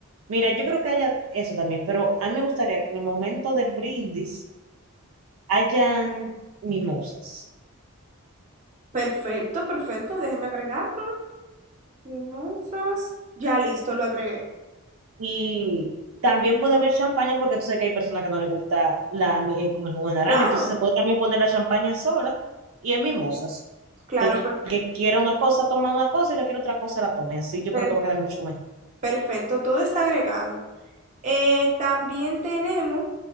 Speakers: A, on the right (about 75°); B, on the right (about 35°).
A: mira, yo creo que haya eso también, pero a mí me gustaría que en el momento del brindis hayan mimosas.
B: Perfecto, perfecto, déjeme agregarlo. Mimosas. Ya listo, lo agregué.
A: Y también puede haber champaña porque tú sabes que hay personas que no les gusta la miel con el jugo de naranja.
B: Claro,
A: Entonces se puede también poner la champaña sola y en mimosas.
B: claro,
A: Que el
B: per-
A: que quiera una cosa toma una cosa y el que quiera otra cosa la tome. Así yo
B: per-
A: creo que va a quedar mucho mejor.
B: perfecto, todo está agregado. Eh, también tenemos